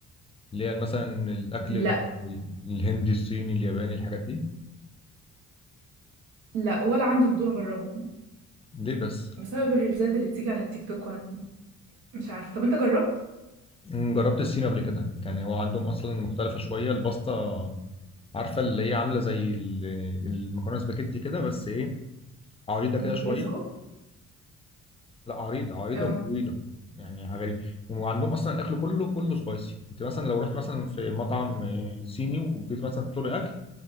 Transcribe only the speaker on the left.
اللي هي مثلا الاكل
ال- الهندي الصيني الياباني الحاجات دي
ليه بس
مم، جربت الصين قبل كده كان هو عندهم اصلا مختلفة شوية الباستا عارفة اللي هي عاملة زي ال- المكرونة سباكيتي كده بس ايه عريضة كده
شوية لا عريضة عريضة
وطويلة يعني حاجة غريبة وعندهم اصلا الاكل كله كله سبايسي انت مثلا لو رحت مثلا في مطعم آه، صيني وجيت مثلا تطلبي اكل